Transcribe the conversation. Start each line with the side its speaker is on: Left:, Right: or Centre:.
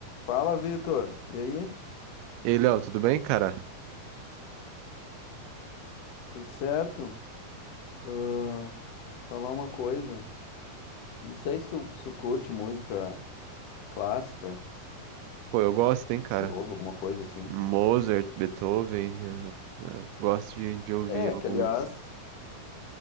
Left: Fala, Vitor. E aí?
Right: E aí, Léo, tudo bem, cara?
Left: Tudo certo? Ahn, deixa eu falar uma coisa. Não sei se tu, se tu curte música clássica,
Right: Pô, eu gosto, hein, cara?
Left: se ouve alguma coisa assim.
Right: Mozart, Beethoven, eu, eu gosto de, de ouvir
Left: É,
Right: algumas.
Left: que aliás,